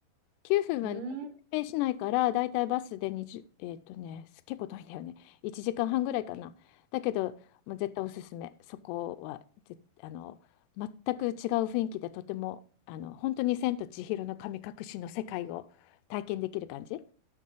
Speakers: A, on the left (about 85°); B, on the right (about 65°).
A: 9分はね、
B: う。うーん、
A: 指定しないから、だいたいバスで20、えっとね、結構遠いんだよね。1時間半ぐらいかな。だけど、もう絶対おすすめ。そこはぜ、あの、全く違う雰囲気で、とても、あの、本当に千と千尋の神隠しの世界を体験できる感じ。